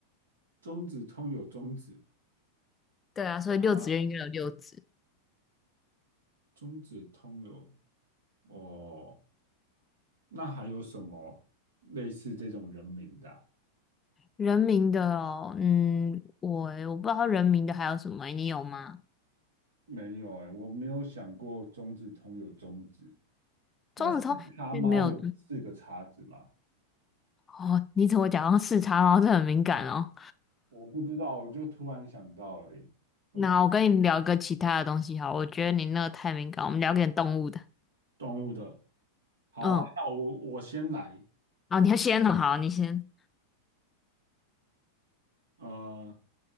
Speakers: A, on the right; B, on the left.
A: 中子通有中子，
B: 对啊，所以六子院应该有六子。
A: 啊，中子通有哦。那还有什么类似这种人名的啊
B: 人民的哦，嗯，我我不知道人民的还有什么欸你有吗？
A: 没有哎、我没有想过中子通有中子。那四叉猫有四个叉子吗？
B: 钟子通并没有哦，你怎么假装视察，然后这很敏感哦。
A: 我不知道，我就突然想到哎、欸，呃，
B: 那我跟你聊个其他的东西好，我觉得你那个太敏感，我们聊点动物的。
A: 动物的好啊，
B: 嗯，
A: 那我我先来。
B: 啊，你要先哦，好，你先。
A: 呃，